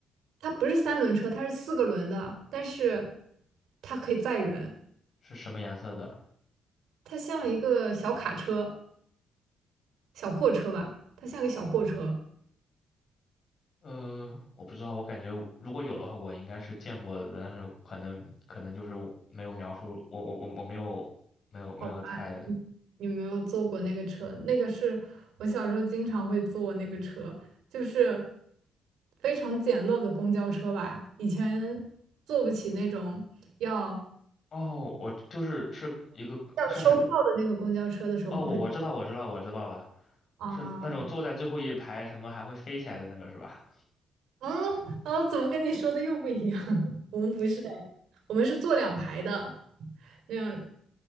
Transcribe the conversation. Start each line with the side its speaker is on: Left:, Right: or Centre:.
Right: 它不是三轮车，它是四个轮的，但是它可以载人，
Left: 是什么颜色的？
Right: 它像一个小卡车、小货车吧，它像个小货车。
Left: 呃，我不知道，我感觉如果有的话，我应该是见过的，但是可能可能就是没有描述，我我我我没有没有没有太
Right: 好吧，你没有坐过那个车？那个是我小时候经常会坐那个车，就是非常简陋的公交车吧，以前坐不起那种要。
Left: 哦，我就是是一个是很
Right: 像收票的那个公交车的时候，
Left: 哦，
Right: 我们会
Left: 我我知道我知道我知道了，
Right: 啊，
Left: 是那种坐在最后一排什么还会飞起来的那个是吧？
Right: 嗯啊，怎么跟你说的又不一样？<laughs> 我们不是哎，我们是坐两排的，那样